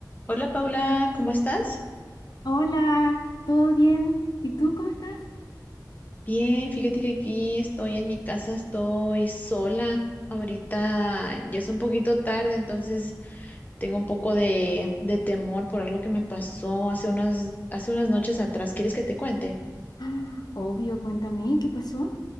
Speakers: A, on the left; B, on the left.
A: Hola Paula, ¿cómo estás?
B: Hola, ¿todo bien? ¿Y tú cómo estás? <gasps>
A: Bien, fíjate que aquí estoy en mi casa, estoy sola. Ahorita ya es un poquito tarde, entonces tengo un poco de, de temor por algo que me pasó hace unas, hace unas noches atrás. ¿Quieres que te cuente?
B: Ah, Obvio, cuéntame, ¿qué pasó?